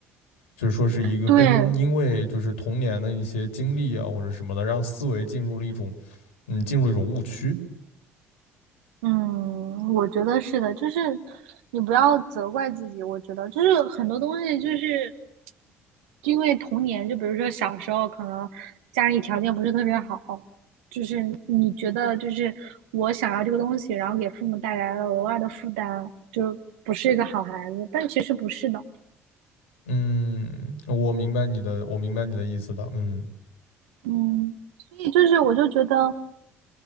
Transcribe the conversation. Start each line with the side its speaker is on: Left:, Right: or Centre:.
Left: 就是说是一个跟因为就是童年的一些经历啊或者什么的，
Right: 对，
Left: 让思维进入了一种嗯进入了一种误区。
Right: 嗯，我觉得是的，就是你不要责怪自己，我觉得就是很多东西就是因为童年，就比如说小时候，可能家里条件不是特别好，就是你觉得就是我想要这个东西，然后给父母带来了额外的负担，就不是一个好孩子。但其实不是的，
Left: 嗯，我明白你的，我明白你的意思的。嗯，
Right: 嗯，所以就是我就觉得